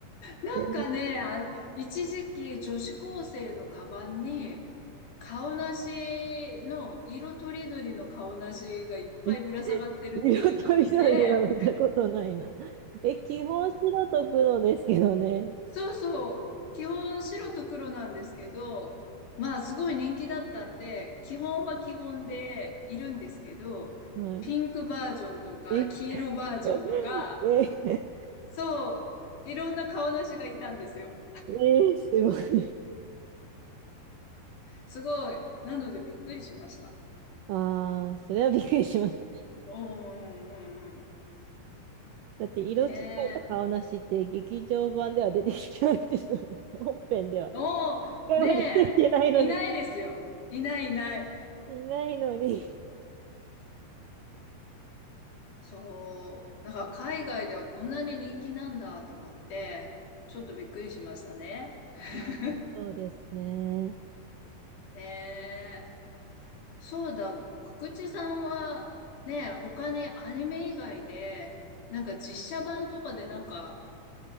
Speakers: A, on the left; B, on the right.
A: なんかね、
B: え
A: あ、一時期女子高生のカバンに、顔なしの、色とりどりの顔なしがいっぱいぶら下がってるっていうのを見て、
B: ー、色とりどりは見たことないな。え、基本白と黒ですけどね。
A: そうそう。基本白と黒なんですけど、まあすごい人気だったんで、基本は基本でいるんですけど、
B: はい。
A: ピンクバージョンとか黄色バージョンとか、
B: え、え、え
A: そう、いろんな顔なしがいたんですよ。
B: ー、すごい。
A: すごい。なのでびっくりしました。
B: ああ、それはびっくりします。<laughs>
A: うんうんうんうん。
B: だって、色違いの顔なしって劇場版では出てきてないですよね。
A: ね
B: <laughs> 本編では。
A: え。
B: 一
A: おーねえ。
B: 回も出てきてないのに。
A: いないですよ。いないいない。
B: いないのに。
A: そう、なんか海外ではこんなに人気なんだと思って、ちょっとびっくりしましたね。<laughs>
B: ああ、そうですね。
A: ねえ。そうだ、くくちさんはね、他にアニメ以外で、なんか実写版とかでなんか